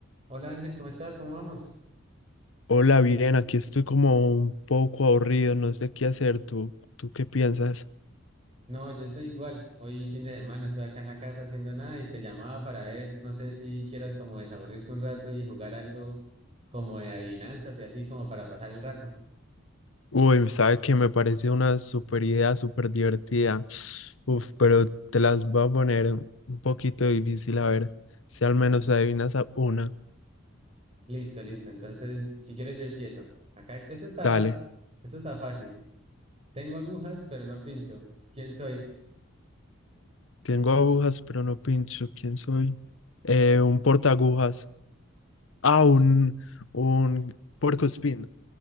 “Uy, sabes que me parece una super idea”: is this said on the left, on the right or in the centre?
Left